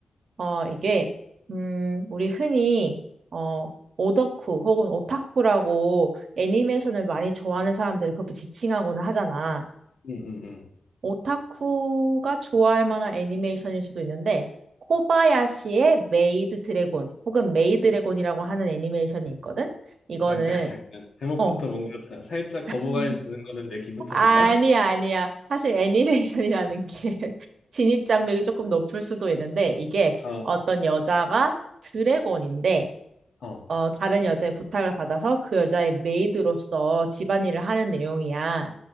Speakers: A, on the right; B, on the left.
A: 어, 이게, 음, 우리 흔히, 어, 오덕후 혹은 오타쿠라고 애니메이션을 많이 좋아하는 사람들을 그렇게 지칭하거나 하잖아.
B: 응, 응, 응.
A: 오타쿠가 좋아할 만한 애니메이션일 수도 있는데 코바야시의 메이드 드래곤 혹은 메이 드래곤이라고 하는 애니메이션이 있거든. 이거는
B: 잠깐, 잠깐. 제목부터
A: 어
B: 뭔가 자- 살짝 거부감이
A: <laughs>
B: 드는 거는 내 기분 탓인가?
A: 아니 아니야. 사실 애니메이션이라는 게 <laughs> 진입 장벽이 조금 높을 수도 있는데 이게
B: 어,
A: 어떤 여자가 드래곤인데
B: 어,
A: 어 다른 여자의 부탁을 받아서 그 여자의 메이드로서 집안일을 하는 내용이야.